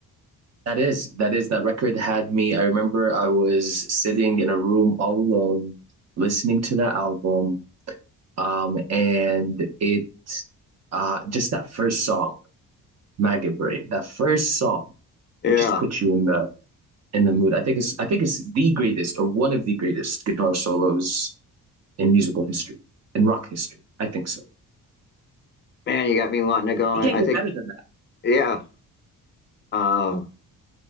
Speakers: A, on the right (about 50°); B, on the left (about 30°).
A: That is, that is, that record had me. I remember I was sitting in a room all alone, listening to the album. Um, and it, uh, just that first song, Maggot Brain, that first song
B: Yeah,
A: just puts you in the, in the mood. I think it's, I think it's the greatest or one of the greatest guitar solos in musical history, in rock history. I think so.
B: man, you got me wanting to go.
A: It
B: And
A: can't
B: I
A: get
B: think,
A: better than that.
B: yeah, Um,